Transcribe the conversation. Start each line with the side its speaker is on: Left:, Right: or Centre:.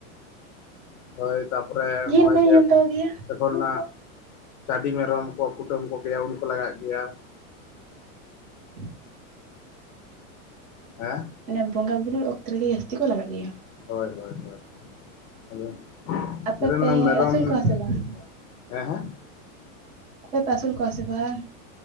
Left: ᱦᱳᱭ ᱛᱟᱯᱚᱨᱮ
Right: ᱡᱤᱞ
Left: ᱦᱚᱜᱼᱚᱭ
Right: ᱵᱟᱹᱧ
Left: ᱡᱮ
Right: ᱡᱚᱢ ᱛᱟᱠᱚ ᱜᱮᱭᱟ
Left: ᱛᱮᱠᱷᱚᱱ ᱚᱱᱟ ᱪᱟᱹᱰᱤ ᱢᱮᱨᱚᱢ ᱠᱚ ᱠᱩᱴᱟᱹᱢ ᱠᱚ ᱜᱮᱭᱟ ᱩᱱᱠᱩ ᱞᱟᱜᱟᱜ ᱜᱮᱭᱟ᱾
Right: <inaudible>
Left: ᱦᱮ
Right: ᱚᱱᱮ ᱵᱚᱸᱜᱟ ᱵᱩᱨᱩ ᱚᱠᱛᱚ ᱨᱮᱜᱮ ᱡᱟᱹᱥᱛᱤ ᱠᱚ ᱞᱟᱜᱟᱜ ᱜᱮᱭᱟ᱾
Left: ᱦᱳᱭ ᱦᱳᱭ ᱦᱳᱭ, ᱟᱫᱚ <unintelligible>
Right: ᱟᱯᱮ ᱯᱮ
Left: ᱢᱮᱨᱚᱢ
Right: ᱟᱹᱥᱩᱞ ᱠᱚᱣᱟ ᱥᱮ ᱵᱟᱝ
Left: ᱦᱮᱸ ᱦᱮᱸ?
Right: ᱟᱯᱮ ᱯᱮ ᱟᱹᱥᱩᱞ ᱠᱚᱣᱟ ᱥᱮ ᱵᱟᱝ?